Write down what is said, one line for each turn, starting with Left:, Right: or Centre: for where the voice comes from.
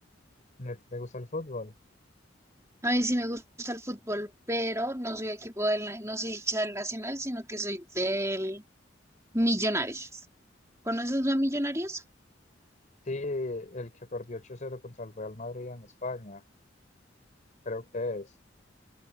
Left: ¿Y a ti te gusta el fútbol?
Right: A mí sí me gusta el fútbol, pero no soy equipo del, na- no soy hincha del Nacional, sino que soy del Millonarios. ¿Conoces a Millonarios?
Left: Sí, el que perdió ocho cero contra el Real Madrid en España, creo que es.